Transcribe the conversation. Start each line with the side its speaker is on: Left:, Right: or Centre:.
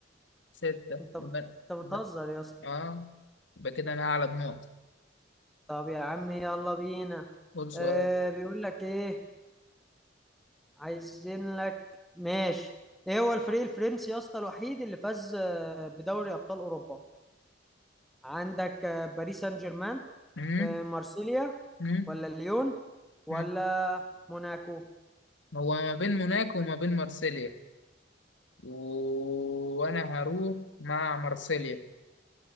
Left: ستة
Centre: انت
Left: يبقى
Centre: انت بتهزر
Left: يبقى
Centre: يا اسطى
Left: اه يبقى كده أنا أعلى بنقطة
Centre: طب يا عم يلا بينا
Left: قول سؤال
Centre: آه بيقول لك ايه عايزين لك ماشي ايه هو الفريق الفرنسي يا اسطى الوحيد اللي فاز آه، بدوري ابطال اوروبا عندك آه، باريس سان جيرمان
Left: مم؟
Centre: آه، مارسيليا
Left: مم؟
Centre: ولا ليون ولا
Left: مم؟
Centre: موناكو
Left: هو ما بين موناكو وما بين مارسيليا و... وأنا هروح مع مارسيليا